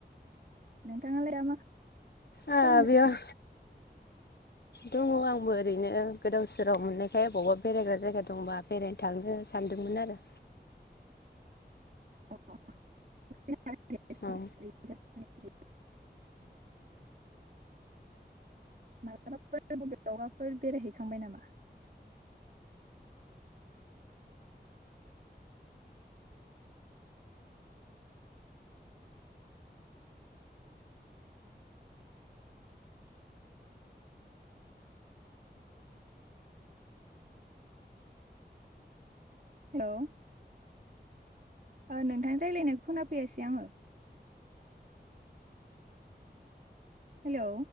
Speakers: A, on the right (about 55°); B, on the left (about 65°).
A: नोंथाङालाय <inaudible>
B: आ
A: खालामगासिनो
B: बेयाव
A: दं।
B: दङ आंबो ओरैनो गोदाव सोराव मोननायखाय अबावबा बेरायग्रा जायगा दंबा बेरायनो थांनो सानदोंमोन आरो।
A: <unintelligible> <unintelligible>
B: अ
A: मालाबाफोर बबेयावबाफोर बेरायहैखांबाय नामा? हेल'। ओ नोंथांनि रायलायनायखौ खोनाफैयाासै आङो। हेलौ।